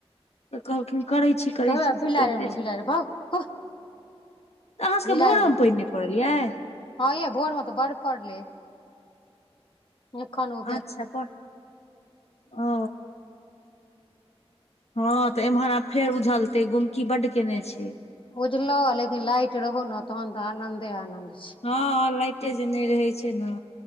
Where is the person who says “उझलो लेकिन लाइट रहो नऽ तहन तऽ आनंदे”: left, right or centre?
Left